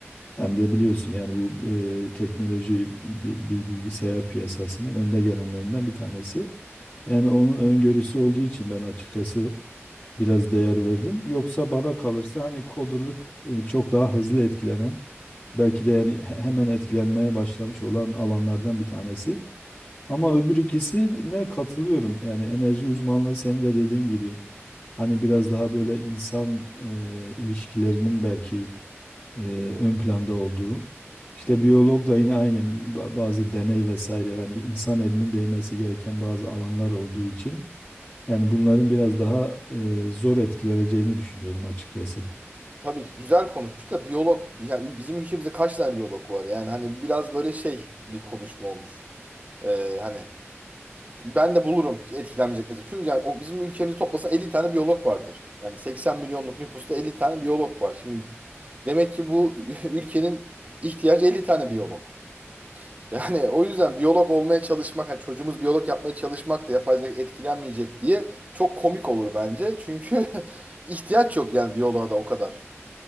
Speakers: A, on the left; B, on the right.
A: Hem de biliyorsun yani bu eee, teknoloji bi- bi- bilgisayar piyasasının önde gelenlerinden bir tanesi. Yani onun öngörüsü olduğu için ben açıkçası biraz değer verdim. Yoksa bana kalırsa hani coderlık eee, çok daha hızlı etkilenen, belki de yani he- hemen etkilenmeye başlamış olan alanlardan bir tanesi. Ama öbür ikisine katılıyorum. Yani enerji uzmanlığı senin de dediğin gibi hani biraz daha böyle insan e, ilişkilerinin belki e, ön planda olduğu. İşte biyolog da yine aynı ba- bazı deney vesaire yani bir insan elinin değmesi gereken bazı alanlar olduğu için yani bunların biraz daha e, zor etkileneceğini düşünüyorum açıkçası.
B: Tabii ki güzel konuşmuş da biyolog bi- ya bizim ülkemizde kaç tane biyolog var? Yani hani biraz böyle şey bir konuşma olmuş. E, hani Ben de bulurum etkilenmeyecek mesela. Çünkü yani o bizim ülkemizi toplasa 50 tane biyolog vardır. Yani 80 milyonluk nüfusta 50 tane biyolog var. Şimdi demek ki bu <laughs> ülkenin ihtiyacı 50 tane biyolog. Yani o yüzden biyolog olmaya çalışmak, hani çocuğumuz biyolog yapmaya çalışmak da yapay zeka etkilenmeyecek diye çok komik olur bence. Çünkü <laughs> ihtiyaç yok yani biyoloğa da o kadar.